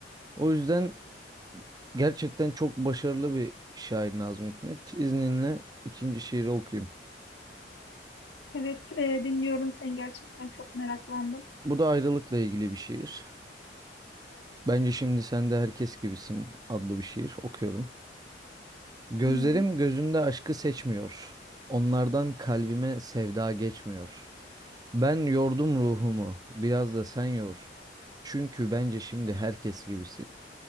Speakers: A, on the right; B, on the left.
A: O yüzden gerçekten çok başarılı bir şair Nazım Hikmet. İzninle ikinci şiiri okuyayım.
B: Evet, e, dinliyorum seni gerçekten çok meraklandım.
A: Bu da ayrılıkla ilgili bir şiir. Bence şimdi sen de herkes gibisin adlı bir şiir okuyorum. Gözlerim
B: Dinliyorum.
A: gözünde aşkı seçmiyor. Onlardan kalbime sevda geçmiyor. Ben yordum ruhumu, biraz da sen yor. Çünkü bence şimdi herkes gibisin.